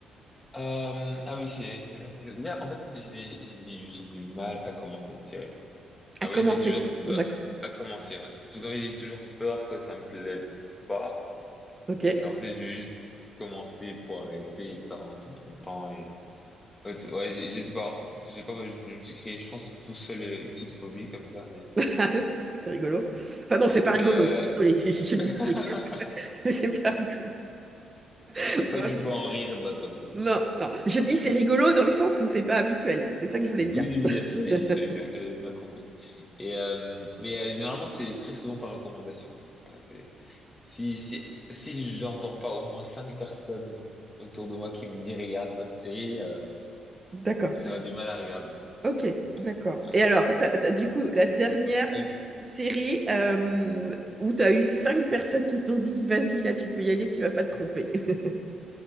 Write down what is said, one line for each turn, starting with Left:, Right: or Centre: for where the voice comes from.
Left: Euh, ah oui, c'est c'est vraiment quelque chose. Bien, en fait, j'ai des- j'ai du, j'ai du mal à commencer une série.
Right: À
Left: En
Right: commencer.
Left: fait, j'ai toujours
Right: D'accord.
Left: peur à commencer, ouais. Parce qu'en fait, j'ai toujours peur que ça me plaît pas
Right: Ok.
Left: et qu'en fait, je vais juste commencer pour arrêter et perdre un peu mon temps et... Ouais, t- ouais, j'ai- je sais pas, j'ai pas, je je me suis créé, je pense, tout seul euh, une petite phobie comme ça, mais...
Right: <laughs> C'est rigolo. Enfin non, c'est pas
Left: Mais
Right: rigolo.
Left: euh...
Right: Désolée, <laughs> je, je dis
Left: <laughs>
Right: c'est rigolo. <laughs> mais C'est pas rigolo. <laughs>
Left: bah, tant que je peux en rire, bah, tant mieux.
Right: Non, non. Je dis c'est rigolo dans le sens où c'est pas habituel. C'est ça que je voulais
Left: Oui,
Right: dire.
Left: oui, bien sûr, oui,
Right: <laughs>
Left: j'avais bien, j'avais bien compris. Et euh, mais euh, généralement, c'est très souvent par recommandation. Voilà, c'est si si si j'entends pas au moins cinq personnes autour de moi qui me disent regarde cette série, euh,
Right: D'accord.
Left: j'aurais du mal à regarder.
Right: Ok,
Left: Ouais,
Right: d'accord.
Left: c'est- ouais.
Right: Et alors, t'as- t'as- du coup, la dernière
Left: Ah oui.
Right: série euh, où tu as eu cinq personnes qui t'ont dit, vas-y, là, tu peux y aller, tu vas pas te tromper. <laughs>